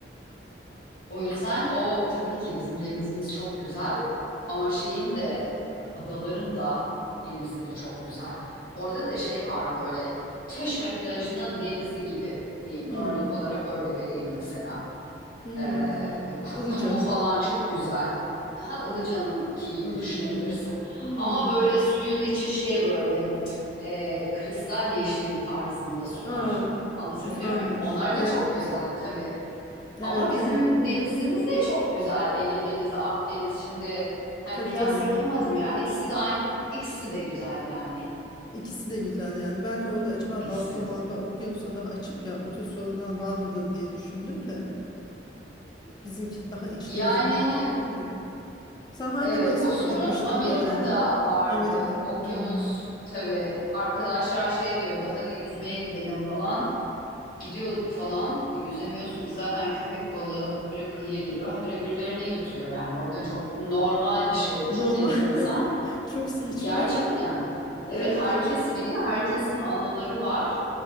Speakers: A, on the left; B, on the left.
A: O yüzden o tabii ki bizim denizimiz çok güzel ama şeyin de adaların da denizleri çok güzel. Orada da şey var böyle Çeşme plajının denizi gibi diyeyim
B: hmm,
A: örnek olarak öyle vereyim mesela.
B: hmm,
A: Ee,
B: tamam.
A: ku-
B: Ilıca.
A: kumu falan çok güzel. Daha Ilıca'nınki gibi
B: Ilıca'nın.
A: düşünebilirsin.
B: Hmm.
A: Ama böyle suyun içi şey böyle e, kristal yeşil tarzında sular.
B: Aa,
A: Anlatabiliyor
B: güzelmiş.
A: muyum? Onlar da
B: Evet.
A: çok güzel tabii.
B: Evet,
A: Ama bizim
B: evet.
A: denizimiz de çok güzel. Ege Denizi, Akdeniz. Şimdi hani
B: Tabii
A: kıyas
B: tabii.
A: yapamadım ya. İkisi de aynı, ikisi de güzel yani.
B: İkisi de güzel yani. Belki orada acaba
A: İkisi
B: dalga
A: de güzel.
B: malga okyanusa daha açık ya o tür sorunlar var mıdır diye düşündüm de. Bizimki daha iç
A: Yani
B: deniz gibi oluyor ya. Sen hangi
A: evet
B: mevsimde
A: o sorun
B: gitmiştin
A: Amerika'da
B: bu arada?
A: vardı.
B: Amerika.
A: Okyanus
B: Hmm.
A: tabii arkadaşlar şey diyordu hadi yüzmeye gidelim falan. Gidiyorduk falan. Yüzemiyorsun ki zaten köpek balığı habire kıyıya geliyor. Habire birilerini yutuyor yani. Orada çok normal bir şey bu.
B: Normal.
A: Çok enteresan.
B: <laughs> Çok saçma.
A: Gerçekten.
B: <laughs>
A: Evet
B: Evet
A: herkes
B: evet evet.
A: biliyor. Herkesin anıları var.